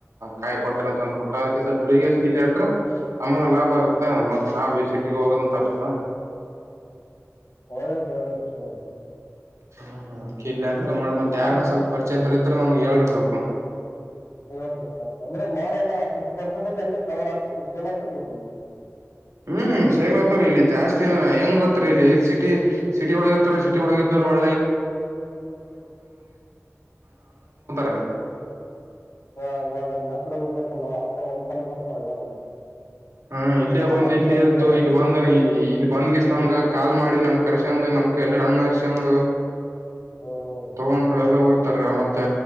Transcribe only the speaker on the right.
ಕಾಯಿ, ಕೊಡ್ತಾರೆ, ಅಂತ ಅಂದ್ಬಿಟ್ಟು ಅದಕ್ಕೆ? <inaudible> ಬೆಳಗಿ, ಅಷ್ಟೆಲ್ಲಾಲಿ, ಇ, ಲೆಟರ್, ನಮ್ಗೆ, ಲಾಬ್ಬಾ, ಹಾಗುತೇ, ಮತ್ತೆ, ನಾವು, ಸಿಟಿ, ಹೋಗಂಗೆ ಆಗುತ್ತದಾ. <inaudible> <inaudible>
ಹ್ಮ ಅದ್ಕ್ಕೆ ಇಲ್ಲಿ
ಹಾಕ್ಕ ಮಾಡಿ ಮತ್
ಯಾರನ ಸ್ವಲ್ಪ ಪರಿಚಯ <unintelligible> ನಮ್ಗ್ ಹೇಳ್ರ ಸ್ವಲ್ಪ
ಹ್ಮ್ ಶೇಲ್ ಆತ್ತಾರ ಇಲ್ಲಿ ಜಾಸ್ತಿ ಹೆಂಗ್ ಬತ್ರಿ ಇಲ್ಲಿ ಸಿಟಿ ಸಿಟಿ ಒಳಗತ್ತಾರ ಸಿಟಿ ಒಳಗಿದಾರ <unintelligible>
ಹ ಇಲ್ಲೇ
ಬಂದು
ಇಲ್ಲೇ
ಇದ್ದು
ಇಲ್ಲಿ ಬಂದ ಇಲ್ಲಿ ಬಂದ್ಗೆಸ ನಮಗ ಕಾಲ್ ಮಾಡಿ ನಮ್ಗ <unintelligible> ನಮ್ ಕಲ್ಲಿ ಹಣ್ಣ <unintelligible>
ತಗೊಂಡು ಎಲ್ಲ ಉ ತರ ಮತ್ತೆ